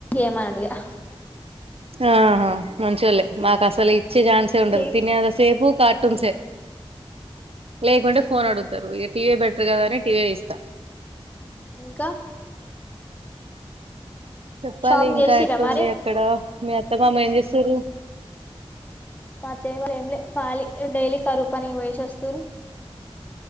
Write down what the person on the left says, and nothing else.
ఏమని అడిగా
ఇగ
ఇంకా
షాపింగ్
చేసిర్రా
మరి
మతేవ ఎంల ఖాలీ డైలీ కరువు పని పోయేసి వస్తురు